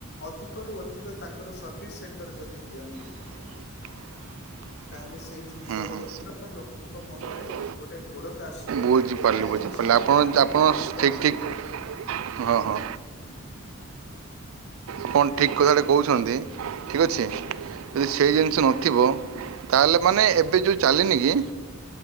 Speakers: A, on the left; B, on the right.
A: ଅଧିକରୁୁ ଅଧିକ ତାଙ୍କର ସର୍ଭିସ ସେଣ୍ଟର ଯଦି ଦିଅନ୍ତି।
B: <inaudible>
A: ତାହେଲେ ସେଇ ଜିନିଷ
B: ହୁଁ
A: ରହିବାର
B: ହୁଁ
A: ଲୋକଙ୍କ ମନରେ
B: ବୁଝ
A: ଗୋଟେ ଦୃଢତା ଆସିବ।
B: ବୁଝିପାରିଲି
A: ନା ଏଇ
B: ବୁଝିପାରିଲି
A: ଜିନିଷକୁ ବ୍ୟବହାର
B: ଆପଣ
A: କରି
B: ଆପଣ
A: ମୁଁ ମୋର
B: ଠିକ୍ ଠିକ୍ ହଁ ହଁ।
A: ହୁଁ ହୁଁ।
B: ଆପଣ ଠିକ୍ କଥାଟେ କହୁଛନ୍ତି ଠିକ୍ ଅଛି। ଯଦି ସେଇ ଜିନିଷ ନଥିବ ତାହେଲେ ମାନେ ଏବେ ଯୋଉ ଚାଲିନି କି